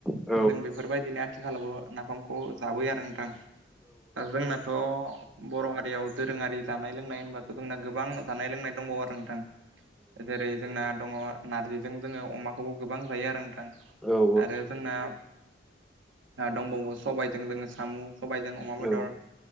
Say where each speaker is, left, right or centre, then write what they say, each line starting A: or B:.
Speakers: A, in the centre; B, on the right.
A: औ
B: जों बेफोरबायदिनो आथिखालावबो नाफामखौ जाबोयो आरो नोंथां जोंनाथ' बर' हारियाव दोरोंङारि जानाय लोंनाय होनबाथ' जोंना गोबां जानाय लोंनाय दंबावो आरो नोंथां जेरै जोंना दङ नारजिजों जोंङो अमाखौबो गोबां जायो आरो
A: औ
B: आरो जोंना दंबावो सबायजों सामु सबायजों अमा
A: औ
B: बेदर